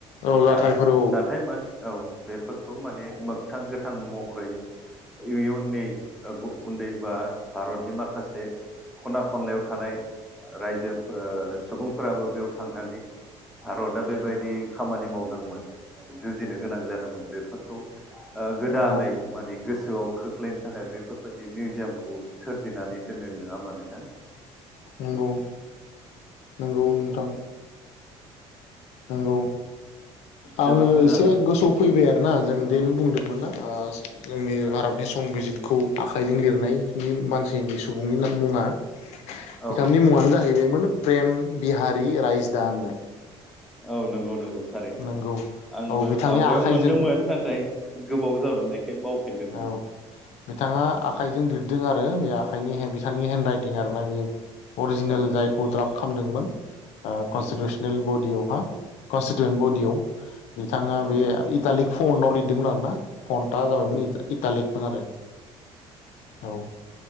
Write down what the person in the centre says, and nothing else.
दा
जाथाय मोन औ बेफोरखौ माने मोगथां गोथां महर फाय इयुनिट ओ उन्दै बा भारतनि माखासे खना खनलायाव थानाय रायजो ओ सुबुंफोराबो बेयाव थांनानै भारतआ बेबायदि खामानि मावदोंमोन जुजिनो गोनां जादोंमोन बेफोरखौ ओ गोदानै
माने गोसोआव खोख्लैनो थाखाय बेफोरबायदि मिउजियामखौ सोरजिनानै दोनदों नङा होमबा नोंथां
जोबोद मोजां
ओ
औ
औ नंगौ नंगौ थारैनो
आंबो
आवगायाव
मोनदोंमोन नाथाय गोबाव जाबोनायखाय बावफिनदों
औ
नंगौ
औ
नंगौ